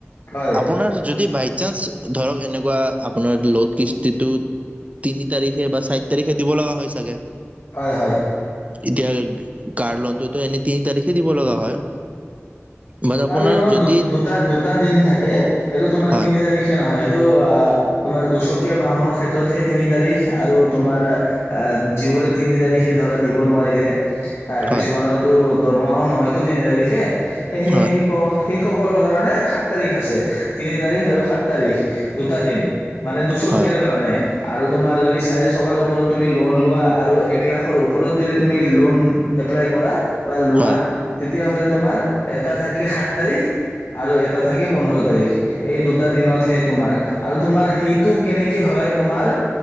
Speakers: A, on the left; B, on the right.
A: হয়
B: আপোন যদি বাই চান্স ধৰক এনেকুৱা এনেকুৱা আপোনাৰ লোনটোৰ কস্তিটো তিনি তাৰিখে বা চাৰি তাৰিখে দিব লগা হয় চাগে
A: হয় হয়
B: এতিয়া কাৰ লোনটোতো এনে তিনি তাৰিখে দিব লগা হয় বাট আপোনাৰ
A: কাৰ লোনৰ
B: যদি
A: দু দুটা দুটা দিন থাকে সেই তোমাৰ
B: হয়
A: তিনি তাৰিখে নহয় তো অ তোমাৰ দুচকীয়া বাহনৰ ক্ষেত্ৰতহে তিনি তাৰিখ আৰু তোমাৰ আহ যিবোৰে তিনি তাৰিখ সেই ধৰা দিব নোৱাৰিলে আহ
B: হয়
A: কিছুমানৰ তো দৰমহাও নহয়তো তিনি তাৰিখে এইেইক
B: হয়
A: সেই সকলৰ কাৰণে সাত তাৰিখ আছে তিনি তাৰিখ আৰু সাত তাৰিখ দুটা দিন মানে দুচকীয়াৰ
B: হয়
A: কাৰণে আৰু তোমাৰ যদি চাৰিচকাৰ ওপৰত যদি লোন লোৱা আৰু তোমাৰ এলাখৰ ওপৰত যদি লোন লোৱা বা লোৱা
B: হয়
A: তেতিয়াহ'লে তোমাৰ এটা থাকে সাত তাৰিখ আৰু এটা থাকে পোন্ধৰ তাৰিখ এই দুটা দিনতহে তোমাৰ আৰু তোমাৰ সেইটো কেনেকে হয় তোমাৰ